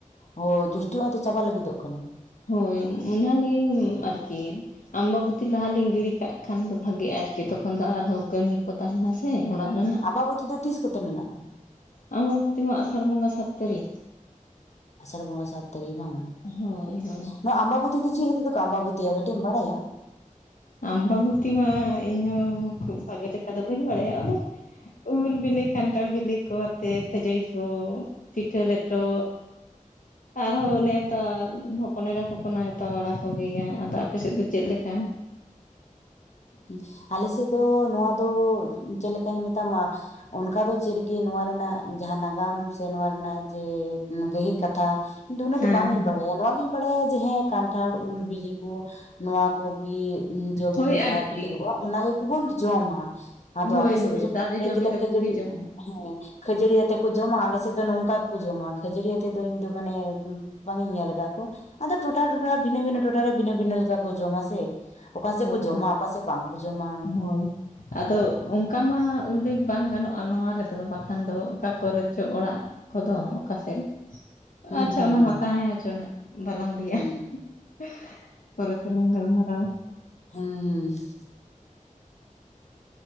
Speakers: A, on the left; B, on the left.
A: ᱦᱳᱭ ᱡᱳᱥᱴᱤ ᱦᱚᱸᱛᱚ ᱪᱟᱵᱟᱜ ᱞᱟᱹᱜᱤᱫᱚᱜ ᱠᱟᱱᱟ᱾
B: ᱦᱳᱭᱻᱩᱢ ᱚᱱᱟ ᱜᱮ ᱩᱸ ᱟᱨᱠᱤ᱾ ᱟᱢᱵᱟ ᱵᱩᱛᱤ ᱞᱟᱦᱟ ᱞᱤᱧ ᱜᱤᱲᱤ ᱠᱟᱜ ᱠᱷᱟᱱ ᱫᱚ ᱵᱷᱟᱜᱤᱜ-ᱟ ᱟᱨᱠᱤ ᱛᱚᱠᱷᱚᱱ ᱫᱚ ᱟᱨᱦᱚᱸ ᱠᱟᱹᱢᱤ ᱠᱚ ᱛᱟᱦᱮᱸᱱᱟ ᱥᱮ ᱚᱲᱟᱜ ᱨᱮᱱᱟᱜ᱾
A: ᱟᱢᱵᱟᱵᱚᱛᱤ ᱫᱚ ᱛᱤᱥ ᱠᱚᱛᱮ ᱢᱮᱱᱟᱜᱼᱟ
B: ᱟᱢᱵᱟ ᱵᱩᱛᱤ ᱢᱟ ᱟᱥᱟᱲ ᱵᱚᱸᱜᱟ ᱥᱟᱛ ᱛᱟᱹᱨᱤᱠ᱾
A: ᱟᱥᱟᱲ ᱵᱚᱸᱜᱟ ᱥᱟᱛ ᱛᱟᱹᱨᱤᱠ ᱵᱟᱝᱼᱟ,
B: ᱦᱳᱭ ᱦᱳᱭ
A: ᱱᱚᱣᱟ ᱟᱢᱵᱟ ᱵᱟᱹᱛᱤ ᱫᱚ ᱪᱮᱜ ᱦᱟᱹᱛᱤ ᱛᱮᱠᱚ ᱟᱢᱵᱟ ᱵᱟᱹᱛᱤᱭᱟ ᱠᱟᱹᱴᱤᱡ ᱮᱢ ᱵᱟᱰᱟᱭᱟ?
B: ᱟᱢᱵᱟ ᱵᱚᱛᱤ ᱢᱟ ᱤᱧ ᱦᱚᱸ ᱠᱷᱩᱵ ᱵᱷᱟᱜᱮ ᱞᱮᱠᱟ ᱫᱚ ᱵᱟᱹᱧ ᱵᱟᱰᱟᱭᱟ ᱟᱫᱚ ᱩᱞ ᱵᱤᱞᱤ ᱠᱷᱟᱱᱴᱟᱲ ᱵᱤᱞᱤ ᱠᱚ ᱣᱟᱛᱮ ᱠᱷᱟᱹᱡᱟᱹᱲᱤ ᱠᱚ ᱯᱤᱴᱷᱟᱹ ᱞᱮᱴᱚ ᱟᱨᱦᱚ ᱱᱮᱣᱛᱟᱻᱫ ᱦᱚᱯᱚᱱ ᱮᱨᱟ ᱠᱚᱠᱚ ᱱᱮᱣᱛᱟ ᱵᱟᱲᱟ ᱠᱚᱜᱮᱭᱟ ᱟᱫᱚ ᱟᱯᱮ ᱥᱮᱫ ᱫᱚ ᱪᱮᱫ ᱞᱮᱠᱟ?
A: ᱩᱸᱦ ᱟᱞᱮ ᱥᱮᱫ ᱫᱚ ᱱᱚᱣᱟ ᱫᱚ ᱩᱸ ᱪᱮᱫ ᱞᱮᱠᱟᱧ ᱢᱮᱛᱟᱢᱟ ᱚᱱᱠᱟ ᱫᱚ ᱪᱮᱫ ᱜᱮ ᱱᱚᱣᱟ ᱨᱮᱱᱟᱜ ᱡᱟᱦᱟᱸ ᱱᱟᱜᱟᱢ ᱥᱮ ᱱᱚᱣᱟ ᱨᱮᱱᱟᱜ ᱡᱮ ᱚᱱ ᱜᱟᱹᱦᱤᱨ ᱠᱟᱛᱷᱟ ᱤᱧ ᱫᱚ ᱩᱱᱟᱹᱜ
B: ᱦᱮᱸ
A: ᱫᱚ ᱵᱟᱝ ᱤᱧ ᱵᱟᱰᱟᱭᱟ ᱱᱚᱣᱟ ᱜᱤᱧ ᱵᱟᱰᱟᱭᱟ ᱡᱮ ᱦᱮᱸ ᱠᱟᱱᱴᱷᱟᱲ ᱩᱞ ᱵᱤᱞᱤ ᱠᱚ ᱱᱚᱣᱟ ᱠᱚᱜᱮ ᱩᱸ ᱡᱮ ᱵᱚᱞᱮ
B: ᱦᱳᱭ
A: ᱡᱟᱦᱟᱸ
B: ᱟᱨᱠᱤ
A: ᱵᱮᱞᱤ ᱠᱚᱜ-ᱟ, ᱚᱱᱟ ᱜᱮ ᱠᱚᱵᱚᱱ ᱡᱚᱢᱼᱟ ᱟᱫᱚ
B: ᱦᱳᱭ
A: ᱟᱯᱮ ᱥᱮᱡ
B: ᱦᱳᱭ
A: ᱡᱚᱢ
B: ᱫᱟᱨᱮ
A: <inaudible> ᱞᱟᱹᱭ
B: ᱡᱚᱵᱮᱞᱮ
A: ᱠᱮᱫᱟ ᱠᱷᱟᱹᱡ
B: ᱠᱚᱜᱮ
A: ᱡᱟᱹᱰᱤ
B: ᱡᱚᱢ
A: ᱦᱮᱸ, ᱠᱷᱟᱹᱡᱟᱹᱲᱤᱭᱟᱛᱮ ᱠᱚ ᱡᱚᱢᱼᱟ, ᱟᱞᱮ ᱥᱮᱫ ᱫᱚ ᱱᱚᱝᱠᱟ ᱜᱮᱠᱚ ᱡᱚᱢᱼᱟ ᱠᱷᱟᱹᱡᱟᱹᱲᱤ ᱭᱟᱛᱮ ᱫᱚ ᱤᱧ ᱫᱚ ᱢᱟᱱᱮ ᱵᱟᱝ ᱤᱧ ᱧᱮᱞ ᱟᱠᱟᱫ ᱠᱚᱣᱟ, ᱟᱫᱚ, ᱴᱚᱴᱷᱟ, ᱴᱚᱴᱷᱟ ᱵᱷᱤᱱᱟ, ᱹ ᱵᱷᱤᱱᱟᱹ ᱴᱚᱴᱷᱟᱨᱮ, ᱵᱷᱤᱱᱟᱹ, ᱵᱷᱤᱱᱟᱹ ᱞᱮᱠᱟ ᱠᱚ, ᱡᱚᱢᱟ ᱥᱮ ᱚᱠᱟ ᱥᱮᱫ
B: ᱦᱳᱭ
A: ᱠᱚ, ᱡᱚᱢᱟ ᱾ ᱚᱠᱟ ᱥᱮᱫ, ᱵᱟᱝ ᱠᱚ ᱡᱚᱢᱟ ᱾
B: ᱦᱳᱭ ᱾ ᱟᱫᱚ, ᱚᱱᱠᱟ ᱢᱟ, ᱩᱞᱞᱮᱠᱷ ᱵᱟᱝ ᱜᱟᱱᱚᱜ-ᱟ ᱱᱚᱣᱟ ᱨᱮᱫᱚ, ᱵᱟᱠᱷᱟᱱ ᱫᱚ, ᱚᱠᱟ ᱠᱚᱨᱮ ᱪᱚ, ᱚᱲᱟᱜ ᱠᱚᱫᱚ, ᱚᱠᱟ ᱥᱮᱫ?
A: ᱦᱩᱸ
B: ᱟᱪᱪᱷᱟ,
A: ᱦᱩᱸ
B: ᱚᱱᱟ
A: ᱦᱩᱸ
B: ᱢᱟ ᱛᱟᱦᱮᱸ ᱦᱚᱪᱚᱱᱤᱡ, ᱵᱟᱞᱟᱝ ᱞᱟᱹᱭᱟ
A: ᱦᱩᱸ
B: ᱾ ᱮᱼᱥᱻ ᱯᱚᱨᱮ ᱛᱮᱞᱟᱝ ᱜᱟᱞᱢᱟᱲᱟᱣᱟ ᱾
A: ᱦᱩᱸᱻ ᱦᱩᱸᱻ ᱾